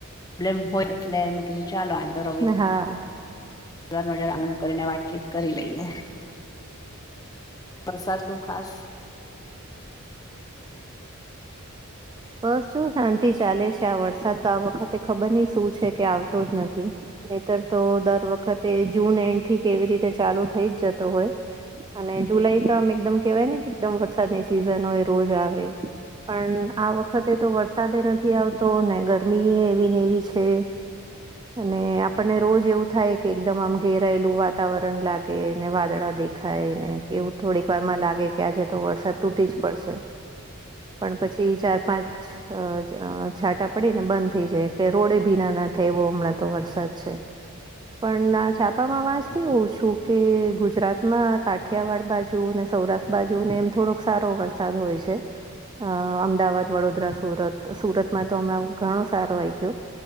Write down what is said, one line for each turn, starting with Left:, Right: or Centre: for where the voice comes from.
Left: લમ હોય એટલે મે કીધું ચાલો આજનો
Right: હા
Left: <unintelligible>
Right: હા
Left: <unintelligible> ફોન કરીને વાતચીત કરી લઈએ. વરસાદનું ખાસ
Right: બસ જો શાંતિ ચાલે છે. આ વરસાદ તો આ વખતે ખબર નહી શું છે કે આવતો જ નથી. નહિંતર તો દર વખતે જૂન એન્ડથી કે એવી રીતે ચાલુ થઇ જ જતો હોય. અને જુલાઈ તો આમ એકદમ કેવાયને કે એકદમ વરસાદની સિઝન હોય રોજ આવે. પણ આ વ ખતે તો વરસાદે નથી આવતો ને ગરમી એ એવી ને એવી છે. અને આપણને રોજ એવું થાય કે એકદમ આમ ઘેરાયેલું વાતાવરણ લાગે અને વાદળા દે ખાય ને કે એવું થોડીક વારમાં લાગે કે આજે તો વરસાદ તૂટી જ પડશે.
Left: <inaudible>
Right: પણ પછી ચાર-પાંચ. <unintelligible> છાટા પડીને બંધ થઇ જાય. એટલે રોડે ભીના ના થાય એવો હમણાં તો વરસાદ. છે પણ આ છાપામાં વાંચતી હોઉ છું કે ગુજરાતમાં કા ઠિયાવાડ બાજુને સૌરાષ્ટ્ર બાજુને. એમ થોડોક સારો વરસાદ હોય છે. અ અમદાવાદ, વડોદરા, સુરત, સુરતમાં તો હમણાં ઘણો સારો આઈગ્યો.